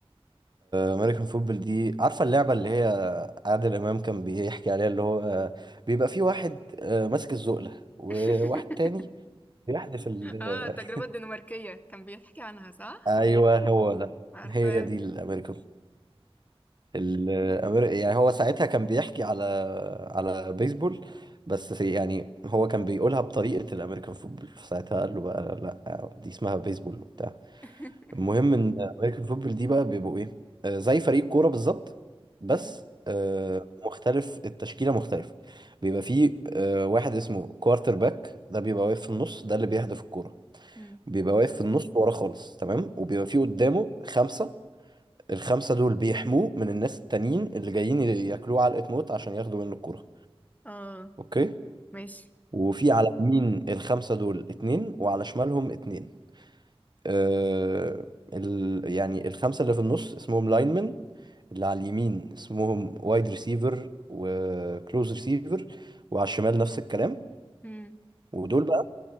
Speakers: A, on the right; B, on the left.
A: امريكان فوتبول دي عارفة اللعبة اللي هي عادل إمام كان بيحكي عليها اللي هو آه، بيبقى في واحد آه، ماسك الزقلة وواحد
B: <laughs>
A: تاني بيحدف ال
B: اه التجربة الدنماركية كان بيحكي عنها صح؟
A: <laughs> أيوه هو ده
B: عارفة
A: هي دي الأمريكان الأمر... يعني هو ساعتها كان بيحكي على على بيسبول بس سي- يعني هو كان بيقولها بطريقة الأمريكان فوتبول فساعتها قال له بقى لأ دي اسمها بيسبول وبتاع
B: <laughs>
A: المهم ان امريكان فوتبول دي بقى بيبقوا ايه آه، زي فريق كوره بالظبط بس
B: امم
A: آه، مختلف التشكيله مختلفه بيبقى فيه آه، واحد اسمه كوارتر باك ده بيبقى واقف في النص ده اللي بيهدف الكوره
B: امم
A: بيبقى واقف في النص ورا خالص تمام وبيبقى فيه قدامه خمسه الخمسه دول بيحموه من الناس التانيين اللي جايين ياكلوه علقه موت عشان ياخدوا منه الكوره
B: اه
A: اوكي
B: ماشي
A: وفي على يمين الخمسه دول اتنين وعلى شمالهم اتنين آه، ال... يعني الخمسة اللي في النص اسمهم لاينمن اللي على اليمين اسمهم وايد ريسيفر وكلوز ريسيفر وعلى الشمال نفس الكلام
B: امم
A: ودول بقى